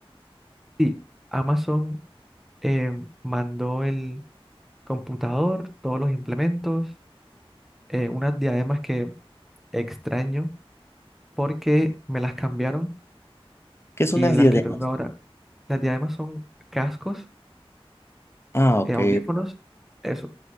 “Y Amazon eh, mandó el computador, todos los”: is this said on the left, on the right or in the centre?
Centre